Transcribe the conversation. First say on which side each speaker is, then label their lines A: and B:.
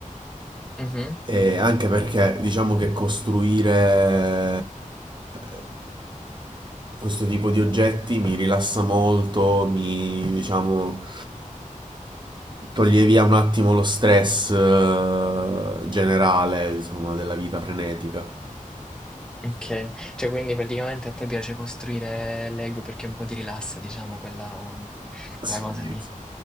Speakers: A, in the centre; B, on the right.
A: mhm.
B: e anche perché diciamo che costruire eh, questo tipo di oggetti mi rilassa molto, mi diciamo toglie via un attimo lo stress eh, generale, insomma, della vita frenetica.
A: Okay. Cioè, quindi praticamente a te piace costruire Lego perché un po' ti rilassa, diciamo, quella mm, quella
B: Sì,
A: cosa lì.
B: sì.